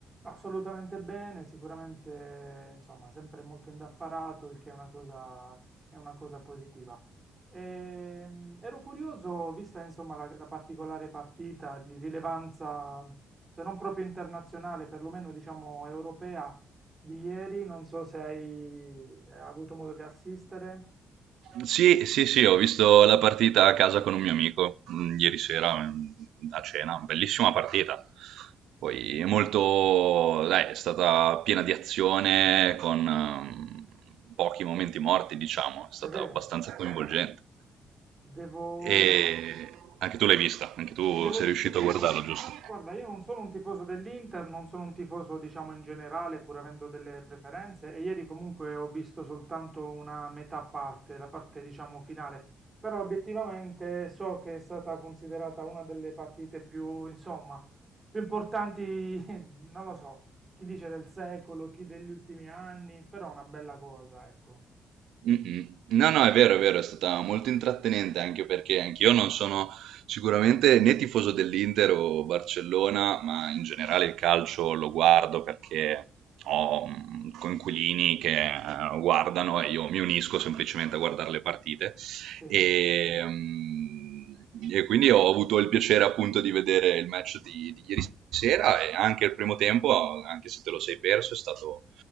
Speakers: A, on the right (about 30°); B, on the right (about 80°).
A: Assolutamente bene, sicuramente, insomma, sempre molto indaffarato, il che è una cosa, è una cosa positiva. Ehm, ero curioso, vista, insomma, la, la particolare partita di rilevanza, se non proprio internazionale, perlomeno, diciamo, europea di ieri, non so se hai hai avuto modo di assistere.
B: Sì, sì, sì, ho visto la partita a casa con un mio amico mm, ieri sera mm, a cena, bellissima partita. Poi è molto, dai, è stata piena di azione con ehm, pochi momenti morti, diciamo, è stata
A: È vero,
B: abbastanza coinvolgente.
A: devo...
B: E anche tu l'hai vista, anche tu
A: Sì, devo,
B: sei
A: di-
B: riuscito
A: devo dire,
B: a guardarlo, giusto?
A: guarda, io non sono un tifoso dell'Inter, non sono un tifoso, diciamo, in generale, pur avendo delle preferenze, e ieri comunque ho visto soltanto una metà parte, la parte, diciamo, finale, però obiettivamente so che è stata considerata una delle partite più, insomma, più importanti, <laughs> non lo so, chi dice del secolo, chi degli ultimi anni, però una bella cosa, ecco.
B: Mm-mm. No, no, è vero, è vero, è stata molto intrattenente anche perché anch'io non sono sicuramente né tifoso dell'Inter o Barcellona, ma in generale il calcio lo guardo perché ho mm, coinquilini che eh, guardano e io mi unisco semplicemente a guardare le partite.
A: Sì,
B: E, mm, e quindi ho avuto il piacere appunto di vedere il match di, di ieri sera e anche il primo tempo, anche se te lo sei perso, è stato